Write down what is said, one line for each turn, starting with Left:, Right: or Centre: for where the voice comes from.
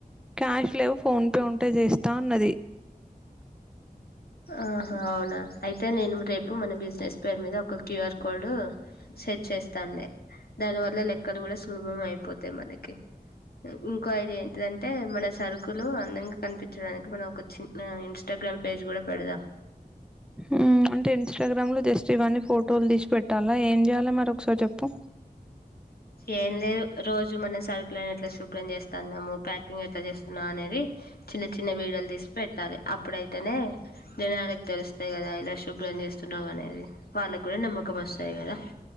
Centre: క్యాష్ లేవు ఫోన్ పే ఉంటే చేస్తా అన్నది
Left: ఆహా అవునా అయితే నేను రేపు మన బిజినెస్ పేరు మీద ఒక క్యూఆర్ కోడ్ సెట్ చేస్తానులే దాని వల్ల లెక్కలు కూడా సులుభం అయిపోతాయి మనకి ఇంకో ఐడి ఏంటిది అంటే మన సరుకులు అందంగా కనిపించడానికి మనం ఒక చిన్న ఇన్స్టాగ్రామ్ పేజ్ కూడా పెడదాం
Centre: యూ అంటే ఇన్స్టాగ్రామ్ లో జస్ట్ ఇవన్నీ ఫోటోలు తీసి పెట్టాలా ఏం చేయాలి మరి ఒకసారి చెప్పు
Left: ఏం లేదు రోజు మనస్ ప్లేన్ ఎట్ల శుభ్రం చేస్తాన్నాము ప్యాక్ నువ్వు ఎట్లా చేస్తున్నావు అనే రే చిన్న చిన్న వీడియోలు తీసి పెట్టాలి అప్పుడు అయి తేనే జనాలకు తెలుస్తాయి కదా ఇలా శుభ్రం చేస్ చున్నావ్ అనేది వాళ్లకు కూడా నమ్మకం వస్తాయి కదా